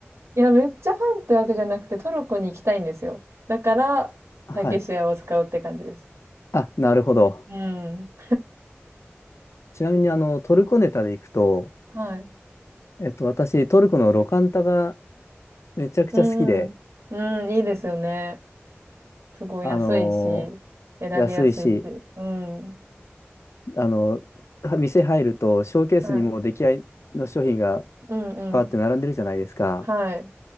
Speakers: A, on the right; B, on the left.
A: いや、めっちゃファンってわけじゃなくて、トルコに行きたいんですよ。だから、
B: はい。
A: ターキッシュエアを使うって感じです。
B: あ、なるほど。
A: うん。
B: ちなみにあの、トルコネタでいくと、
A: はい。
B: えっと、私、トルコのロカンタがめちゃくちゃ好きで、
A: うんうん。いいですよね。すごい安いし、
B: あの
A: 選びやすいし。
B: ー安いし、
A: うん。
B: あのー店入ると、ショーケースにもう出来合いの商品が
A: はい。うんうん。
B: バーって並んでるじゃないですか。
A: はい。